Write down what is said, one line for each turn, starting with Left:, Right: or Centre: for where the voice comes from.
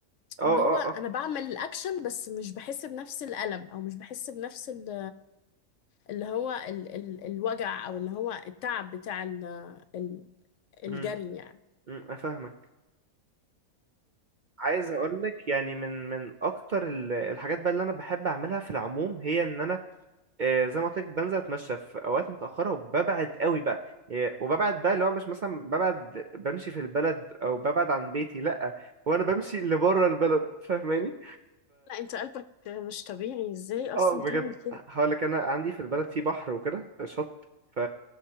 Right: اه
Left: واللي هو انا
Right: اه
Left: بعمل الاكشن بس مش بحس بنفس الالم او مش بحس بنفس ال- اللي هو ال ال الوجع او اللي هو التعب بتاع ال ال الجري
Right: اه
Left: يعني
Right: أمم، افهمك عايز اقول لك يعني من من اكتر ال- الحاجات بقى اللي انا بحب اعملها في العموم هي ان انا آه، زي ما قلت لك بنزل اتمشى في اوقات متاخره وببعد قوي بقى آه، وببعد بقى اللي هو مش مثلا ببعد بمشي في البلد او ببعد عن بيتي لا هو انا بمشي اللي بره البلد فاهماني
Left: لا انت قلبك مش طبيعي ازاي اصلا
Right: اه بجد
Left: تعمل كده
Right: هقول لك انا عندي في البلد في بحر وكده شط ف